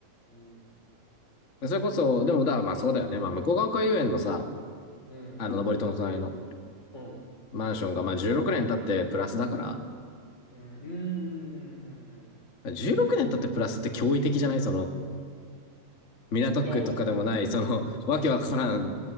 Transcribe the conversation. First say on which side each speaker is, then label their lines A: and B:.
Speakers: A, on the left; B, on the left.
A: うん。
B: それこそ、でもだ、まあそうだよね。まあ向こう側海遊園のさ、
A: うん。
B: あの、登戸の隣の
A: うん。
B: マンションがまあ16年経ってプラスだから、
A: うん。うん。うん。うんうんうん
B: 16年経ってプラスって驚異的じゃないその、港区とかでもない、
A: いや、お、
B: その、わけわからん、